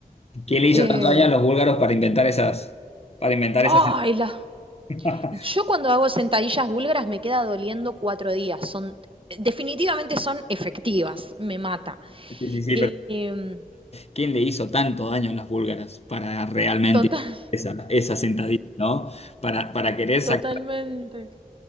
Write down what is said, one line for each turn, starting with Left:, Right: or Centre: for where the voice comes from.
Left: ¿Qué le hizo
Right: Eh,
Left: tanto daño a los búlgaros para inventar esas, para inventar
Right: ay,
Left: esas...
Right: la-
Left: <laughs>
Right: yo cuando hago sentadillas búlgaras me queda doliendo cuatro días. Son, definitivamente son efectivas, me mata.
Left: Sí, sí, sí,
Right: Em,
Left: pero ¿quién le hizo tanto daño a las búlgaras para realmente
Right: total, <laughs>
Left: esa, esa sentadilla, ¿no? Para, para querer sacar
Right: totalmente.